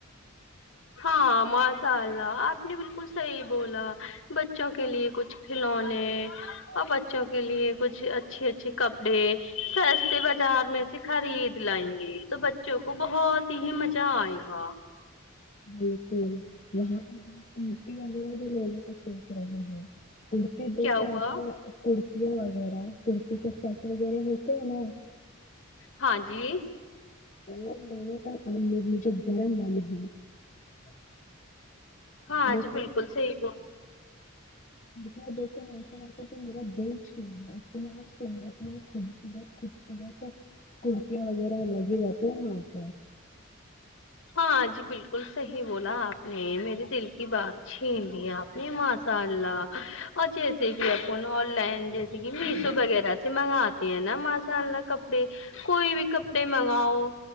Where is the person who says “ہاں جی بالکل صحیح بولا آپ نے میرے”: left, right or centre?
Left